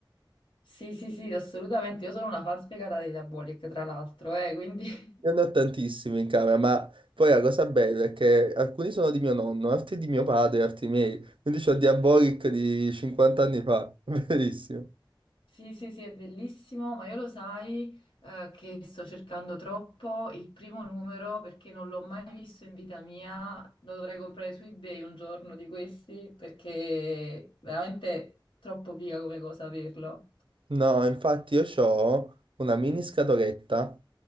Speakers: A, on the left; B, on the right.
A: sì, sì, sì, assolutamente. Io sono una fan spiegata di Diabolic, tra l'altro, eh, quindi...
B: Io ne ho tantissimi in camera, ma poi la cosa bella è che alcuni sono di mio nonno, altri di mio padre, altri miei. Quindi c'ho Diabolic di 50 anni fa, <laughs> bellissimo.
A: Sì, sì, sì, è bellissimo, ma io lo sai, eh, che sto cercando troppo il primo numero perché non l'ho mai visto in vita mia. Lo dovrei comprare su eBay un giorno di questi perché veramente troppo figa come cosa averlo.
B: No, infatti io ho una mini scatoletta